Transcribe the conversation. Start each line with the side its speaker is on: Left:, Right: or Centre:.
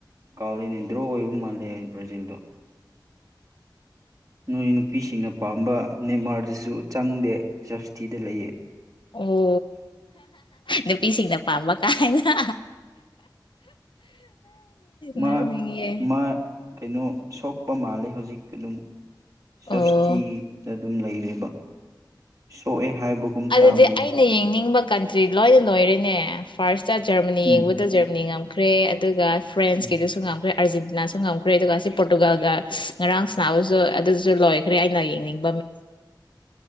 Right: ꯀꯥꯎꯔꯅꯦ ꯗ꯭ꯔꯣ ꯑꯣꯏꯕ ꯃꯥꯜꯂꯦ ꯕ꯭ꯔꯥꯖꯤꯜꯗꯣ ꯅꯣꯏ ꯅꯨꯄꯤꯁꯤꯡꯅ ꯄꯥꯝꯕ ꯃꯦꯟꯃꯥꯔꯗꯁꯨ ꯆꯪꯗꯦ ꯁꯞꯕꯁꯤꯇꯤꯗ ꯂꯩꯌꯦ
Left: ꯑꯣ ꯅꯨꯄꯤꯁꯤꯡꯅ ꯄꯥꯝꯕ ꯀꯥꯏꯅ
Right: ꯃꯥ
Left: ꯅꯣꯛꯅꯤꯡꯉꯦ
Right: ꯃꯥ ꯀꯩꯅꯣ ꯁꯣꯛꯄ ꯃꯥꯜꯂꯦ ꯍꯧꯖꯤꯛ ꯑꯗꯨꯝ ꯁꯁꯤ
Left: ꯑꯣ
Right: ꯑꯗꯨꯝ ꯂꯩꯔꯦꯕ ꯁꯣꯛꯑꯦ ꯍꯥꯏꯕꯒꯨꯝ
Left: ꯑꯗꯨꯗꯤ
Right: ꯇꯥꯕꯅꯦ
Left: ꯑꯩꯅ ꯌꯦꯡꯅꯤꯡꯕ ꯀꯟꯇ꯭ꯔꯤ ꯂꯣꯏꯅ ꯂꯣꯏꯔꯦ ꯅꯦ ꯐꯥꯔꯁꯇ ꯖꯔꯃꯅꯤ
Right: ꯎꯝ
Left: ꯌꯦꯡꯕꯗ ꯖꯔꯃꯅꯤ ꯉ ꯈ꯭ꯔꯦ ꯑꯗꯨꯒ ꯐ꯭ꯔꯦꯟꯁꯀꯤꯁꯨ
Right: ꯎꯝ
Left: ꯉꯝꯈ꯭ꯔꯦ ꯑꯔꯖꯦꯟꯇꯅꯥꯁꯨ ꯉꯝꯈ꯭ꯔꯦ ꯑꯗꯨꯒ ꯁꯤ ꯄꯣꯔꯇꯨꯒꯜ ꯑꯗꯨꯒ ꯉꯔꯥꯡ ꯁꯕꯁꯨ ꯑꯗꯨꯁꯨ ꯂꯣꯏꯈ꯭ꯔꯦ ꯑꯩꯅ ꯌꯦꯡꯅꯤꯡꯉ